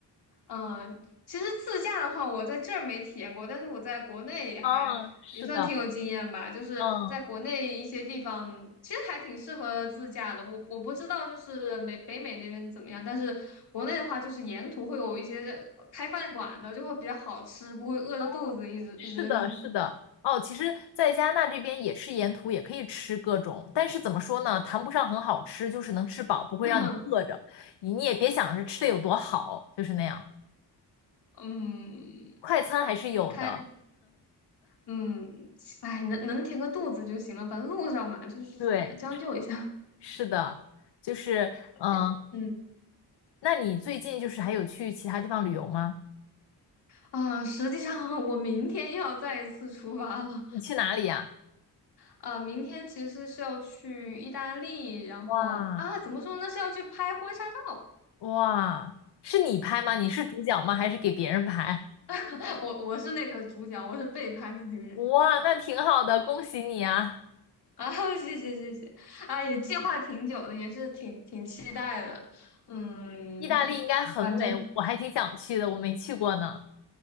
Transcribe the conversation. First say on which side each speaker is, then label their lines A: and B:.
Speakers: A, on the left; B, on the left.
A: 嗯，其实自驾的话，我在这儿没体验过，但是我在国内也还也算挺有经验吧。
B: 嗯，是的，
A: 就是在国内一些地方，
B: 嗯，
A: 其实还挺适合自驾的。我我不知道就是美北美那边怎么样，但是国内的话，就是沿途会有一些呃开饭馆的，就会比较好吃，不会饿着肚子一直一直
B: 哦，是的，是的。哦，其实，在加拿大这边也是沿途也可以吃各种，但是怎么说呢，谈不上很好吃，就是能吃饱，不会让你饿着。
A: <laughs>
B: 你你也别想着吃的有多好，就是那样。
A: 嗯
B: 快餐还是有的，
A: 开嗯哎能能填个肚子就行了，反正路上嘛，就是将就一下。
B: 对，是的，就是嗯，
A: <laughs> 嗯。
B: 那你最近就是还有去其他地方旅游吗？
A: 啊、实际上 <laughs> 我明天又要再一次出发了
B: 你去哪里呀？
A: 啊、明天其实是要去意大利，然后啊，
B: 哇，
A: 怎么说呢，是要去拍婚纱照。
B: 哇，是你拍吗？你是主角吗？还是给别人拍？
A: <laughs> 我我是那个主角，我是被拍的那个人
B: 哇，那挺好的，恭喜你啊！
A: 啊。<laughs> 谢谢谢谢啊，也计划挺久的，也是挺挺期待的。嗯，
B: 意大利应该很美，
A: 反正。
B: 我还挺想去的，我没去过呢。